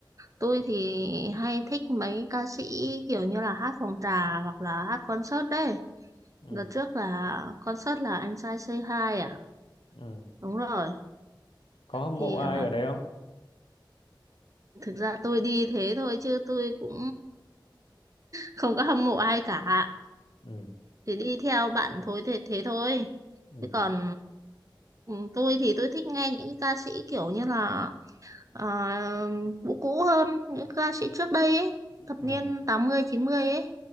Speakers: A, on the right; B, on the left.
A: tôi thì hay thích mấy ca sĩ kiểu như là hát phòng trà hoặc là hát concert đấy
B: Ừ,
A: đợt trước là concert là anh trai Say Hi à
B: ừ.
A: đúng rồi
B: Có hâm
A: thì
B: mộ ai
A: ờ,
B: ở đấy không?
A: thực ra tôi đi thế thôi chứ tôi cũng không có hâm mộ ai cả
B: Ừ,
A: thì đi theo bạn thôi thế thế thôi
B: ừ,
A: chứ còn ừ, tôi thì tôi thích nghe những cái ca sĩ kiểu như là ờ, cũ cũ hơn những ca sĩ trước đây ấy
B: ừ,
A: thập niên tám mươi chín mươi ấy